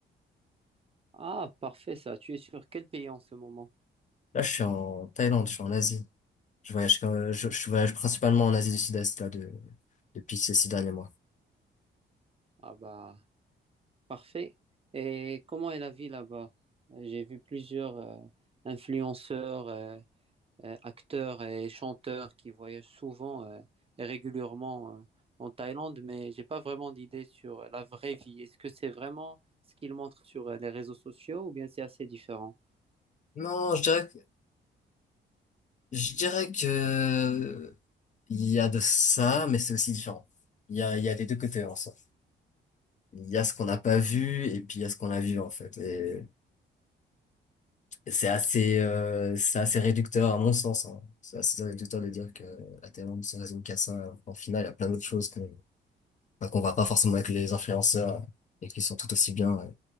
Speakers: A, on the right; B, on the left.
A: ah, parfait ça. Tu es sur quel pays en ce moment?
B: Là, je suis en Thaïlande, je suis en Asie. Je voyage, quand- euh, je, je voyage principalement en Asie du Sud-Est là de, depuis ces six derniers mois.
A: Ah bah, parfait. Et comment est la vie là-bas? Euh, J'ai vu plusieurs euh, influenceurs, euh, euh, acteurs et chanteurs qui voyagent souvent euh, et régulièrement euh, en Thaïlande, mais j'ai pas vraiment d'idée sur la vraie vie. Est-ce que c'est vraiment ce qu'ils montrent sur euh, les réseaux sociaux ou bien c'est assez différent?
B: Non, je dirais que, je dirais que Il y a de ça, mais c'est aussi différent. Il y a, il y a les deux côtés en soi. Il y a ce qu'on n'a pas vu et puis il y a ce qu'on a vu en fait. Et, et c'est assez, euh, c'est assez réducteur à mon sens. hein. C'est assez réducteur de dire que la Thaïlande se résume qu'à ça. alors qu'en final, il y a plein d'autres choses qu'on enfin, qu'on voit pas forcément avec les influenceurs et qui sont tout aussi bien, euh,